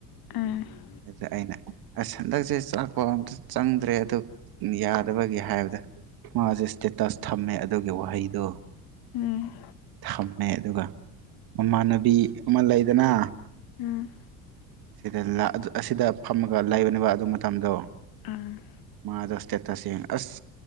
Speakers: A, on the left; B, on the right.
A: ꯑ ꯎꯝ
B: ꯑꯗꯨꯗ ꯑꯩꯅ ꯑꯁ ꯍꯟꯗꯛꯁꯦ ꯆꯥꯛꯄ ꯑꯝꯇ ꯆꯪꯗ꯭ꯔꯦ ꯑꯗꯨ꯫ ꯌꯥꯗꯕꯒꯤ ꯍꯥꯏꯕꯗ ꯃꯥꯁꯦ ꯏꯁꯇꯦꯇꯁ ꯊꯝꯃꯦ ꯑꯗꯨꯒꯤ ꯋꯥꯍꯩꯗꯣ꯫
A: ꯎꯝ
B: ꯐꯝꯃꯦ ꯑꯗꯨꯒ ꯃꯃꯥꯟꯅꯕꯤ ꯑꯃ ꯂꯩꯗꯅ꯫
A: ꯎꯝ
B: ꯁꯤꯗ ꯑꯁꯤꯗ ꯐꯝꯃꯒ ꯂꯩꯕꯅꯦꯕ ꯑꯗꯨ ꯃꯇꯝꯗꯣ꯫
A: ꯎꯝ꯫
B: ꯑꯗꯣ ꯏꯁꯇꯦꯇꯁ ꯌꯦꯡꯉ ꯑꯁ